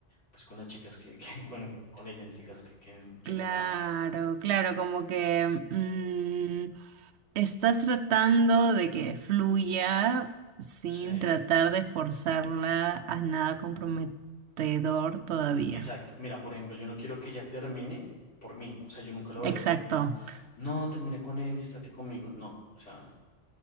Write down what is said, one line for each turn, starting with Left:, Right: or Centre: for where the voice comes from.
Left: pues con las chicas que, que- <laughs> bueno, con ella en este caso que, que, que
Right: Claro,
Left: me atrae.
Right: claro, como que mm, estás tratando de que fluya sin
Left: Sí,
Right: tratar de forzarla a nada comprometedor todavía.
Left: exacto. Mira, por ejemplo, yo no quiero que ella termine por mí, o sea, yo nunca le voy a
Right: Exacto.
Left: decir como, no, termina con él y estate conmigo, no, o sea,